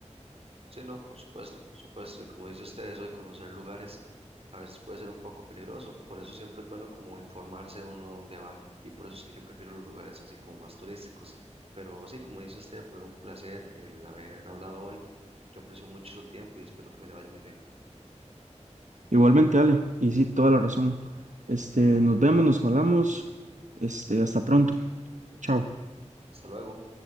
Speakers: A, on the right; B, on the right.
A: Sí, no, por supuesto, por supuesto. Y como dice usted, eso de conocer lugares a veces puede ser un poco peligroso. Por eso siempre es bueno como informarse uno dónde va. Y por eso es que yo prefiero los lugares así como más turísticos. Pero sí, como dice usted, fue un placer el haber hablado hoy. Yo aprecio mucho su tiempo y espero que me le vaya muy bien.
B: Igualmente, Ale, y sí, toda la razón. Este, nos vemos, nos hablamos. Este, hasta pronto. Chao.
A: Hasta luego.